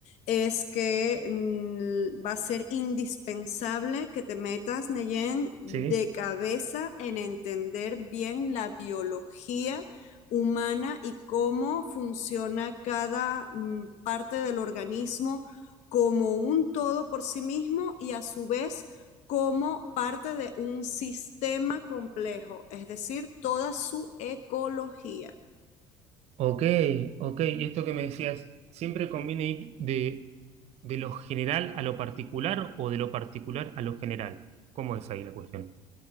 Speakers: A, on the left (about 70°); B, on the right (about 60°).
A: es que mm, va a ser indispensable que te metas, Neyen, de
B: Sí.
A: cabeza en entender bien la biología humana y cómo funciona cada mm, parte del organismo como un todo por sí mismo y a su vez como parte de un sistema complejo, es decir, toda su ecología.
B: Ok, ok. Y esto que me decías, ¿siempre conviene ir de, de lo general a lo particular o de lo particular a lo general? ¿Cómo es ahí la cuestión?